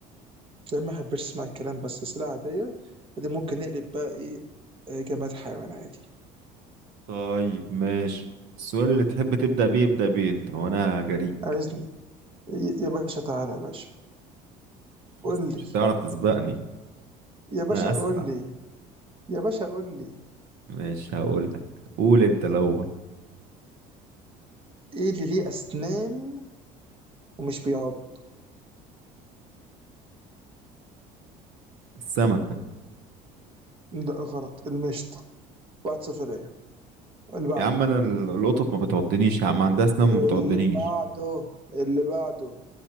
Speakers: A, on the right; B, on the right.
A: ده ما احبش اسمع الكلام بس اسئله عاديه دي ممكن نقلب بقى ايه آه، جماد حيوان عادي
B: طيب ماشي السؤال اللي تحب تبدا بيه ابدا بيه انت وانا جريك
A: عايزني ي- يا باشا تعالى يا باشا قول
B: بس مش
A: لي
B: هتعرف تسبقني
A: يا باشا
B: انا اسرع
A: قول لي يا باشا قول لي
B: ماشي هقول لك قول انت الاول
A: ايه اللي ليه اسنان ومش بيعض
B: السمكه
A: لا غلط المشط واحد صفر ليا اللي بعده
B: يا عم انا ال- القطط ما بتعضنيش يا عم عندها اسنان
A: اللي
B: ما بتعضنيش
A: بعده اللي بعده